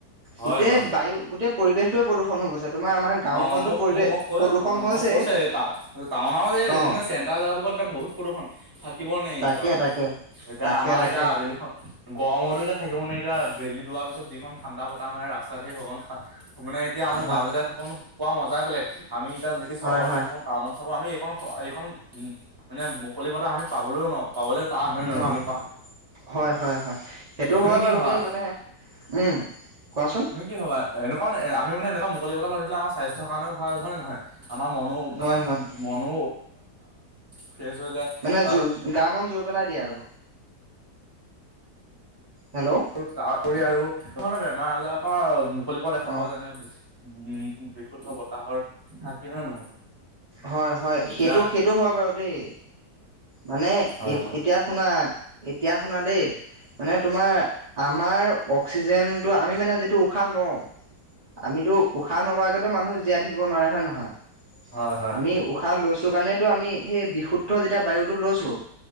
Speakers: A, on the right; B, on the right.
A: হয়
B: গোটেই
A: হয়
B: বায়ু গোটেই পৰিৱেশটোয়ে প্ৰদূষণ হৈ গৈছে তোমাৰ আমাৰ গাঁওখনতো
A: অ, ' মোক
B: পৰিৱেশ
A: মোক, মোক কৈ
B: প্ৰদূষণ
A: অ,
B: হৈছেই
A: ' মোক কৈছে ডাঙৰ, ডাঙৰ
B: অ
A: চেণ্টাৰ জেগাবোৰত বহুত প্ৰদূৰষণ থাকিব নাই এতিয়া
B: তাকে
A: মানে।
B: তাকে
A: এতিয়া
B: তাকে
A: আমাৰ
B: তাকে
A: এতিয়া আবেলিখন গৰমতো এতিয়া থাকিব নোৱাৰি এতিয়া বেলিত দোৱাৰ পিছত যিখন ঠাণ্ডা বতাহ মাৰে ৰাস্তাত সেই সঘন খ মানে এতিয়া আমাৰ
B: হয়
A: গাৱলৈ <unintelligible> পোৱা মজাই বেলেগ আমি এতিয়া যি টি চহৰত
B: হয় হয়
A: থাকো টাউনত থাকো আমি এইখন এইখন মানে মুকলি বতাহ আমি পাবলৈও নোৱাৰো পাবলৈ টান হয়
B: নোৱাৰ
A: নহয় তুমি
B: নোৱাৰো
A: কোৱা
B: হয় -হয়- হয় সেইটো
A: তুমি
B: হয়
A: কি
B: বাৰু
A: ভাবা
B: দেই মানে উম কোৱাচোন
A: তুমি কি ভাবা, এনেকুৱা মানে আমি এনেকুৱা মুকলি বতাহ লৈ থাকিলে আমাৰ স্বাস্থ্য কাৰণেও ভাল হয়নে নহয়? আমাৰ মনো মানে
B: হয় হয় হয়
A: মনো ফ্ৰেছ হৈ যায়
B: মানে
A: আৰু
B: জ গা মন জুৰ পেলাই দিয়ে আৰু হেল্ল'
A: আৰু তাৰ উপৰি আৰু বিভিন্ন ধৰণৰ বেমাৰ আজাৰৰ পৰা মুকলি পৰা দেখা
B: অ
A: পাওঁ যেনে উম বিশুদ্ধ বতাহৰ থাকি‌ হয় নহয়
B: হয়- হয়
A: এতিয়া
B: সেইটো সেইটো হয় বাৰু দেই মানে
A: হয়,
B: এ
A: হয়,
B: এতিয়া শুনা এতিয়া শুনা দেই মানে তোমাৰ আমাৰ অক্সিজেনটো আমি মানে যিটো উশাহ লওঁ আমিতো উশাহ নোলোৱাকৈতো মানুহ জীয়াই থাকিব নোৱাৰে হয় নহয়
A: হয়, হয়,
B: আমি উশাহ লৈছো কাৰণেতো আমি সেই বিশুদ্ধ যেতিয়া বায়ু লৈছোঁ।